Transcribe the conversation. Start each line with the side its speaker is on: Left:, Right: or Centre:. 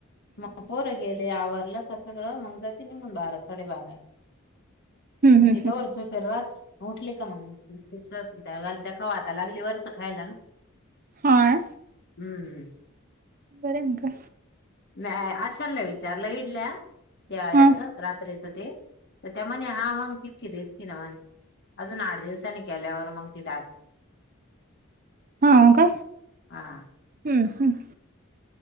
Left: मग पोर गेल आवरलं का सगळं, मग जाते निघून बारा साडे बारा
Right: हम्म
Left: मग
Right: हम्म
Left: तिथ रात उठली का मग, घालत्या खावा आता लागली वरचं खायला ना.
Right: हांय.
Left: हम्.
Right: प्रियंका.
Left: नाही आशा ना विचारलं इथल्या. त्या याच
Right: हा
Left: रात्रीचं ते, तर त्या म्हणे हा मग दिसते ना म्हणे. अजून आठ दिवसाांनी केल्यावर मग ती
Right: हा, का,
Left: हा
Right: हम्म, हम्.